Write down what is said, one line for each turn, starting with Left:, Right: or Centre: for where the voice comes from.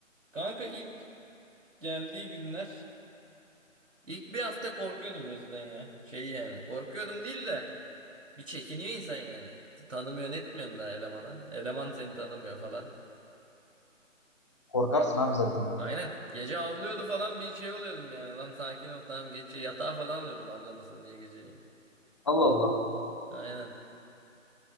Right: Kanka ilk geldiği günler ilk bir hafta korkuyordum Rosie'den ya. Şey yani korkuyordum değil de bir çekiniyor insan yani. Tanımıyorsun etmiyorsun da elemana. Eleman seni tanımıyor falan.
Left: Korkarsın abi zaten.
Right: Aynen. Gece avlıyordu falan bir şey oluyordum yani. Lan sakin ol tamam geç. Yatağa falan alıyordum avlamasın diye geceleyin.
Left: Allah Allah.
Right: Aynen.